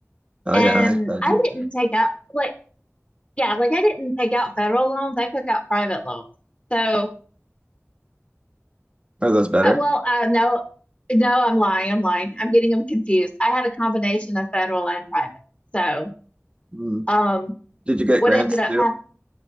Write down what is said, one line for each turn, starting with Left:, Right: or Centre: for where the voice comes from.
Right: Oh
Left: and
Right: yeah, I thought
Left: I
Right: you
Left: didn't
Right: too.
Left: take out like yeah, like I didn't take out federal loans. I took out private loans. So,
Right: Are those better?
Left: uh, well, uh, no, no, I'm lying. I'm lying. I'm getting them confused. I had a combination of federal and private. So
Right: Mm.
Left: Um,
Right: Did you get
Left: what
Right: grants
Left: ended up
Right: too?
Left: happening?